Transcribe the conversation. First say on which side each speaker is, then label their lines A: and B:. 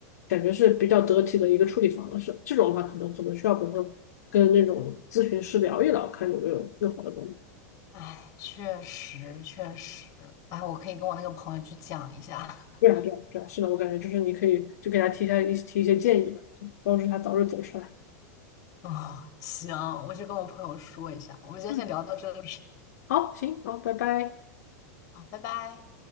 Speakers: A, on the left (about 75°); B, on the left (about 45°).
A: 感觉是比较得体的一个处理方式。这种的话，可能可能需要，比如说跟那种咨询师聊一聊，看有没有更好的帮助。
B: 唉，确实确实，哎，我可以跟我那个朋友去讲一下。<laughs>
A: 对啊，对啊，对啊，是的，我感觉就是你可以就给他提一下一提一些建议吧，帮助他早日走出来。
B: 啊、行，我去跟我朋友说一下。我们今天先聊到这里，
A: 嗯，好，行，好，拜拜。
B: <laughs> 好拜拜。